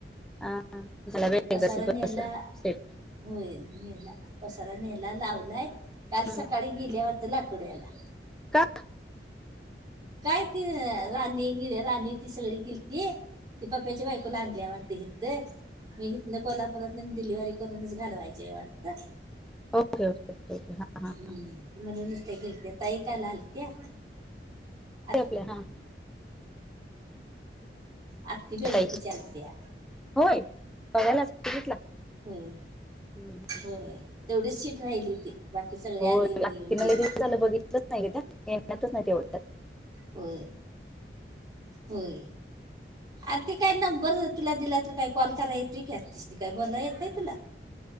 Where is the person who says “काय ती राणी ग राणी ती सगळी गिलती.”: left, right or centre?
Right